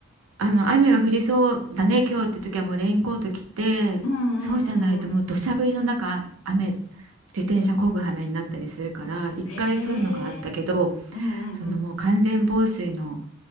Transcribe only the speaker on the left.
うんうんうんうん。へえ。うんうんうん。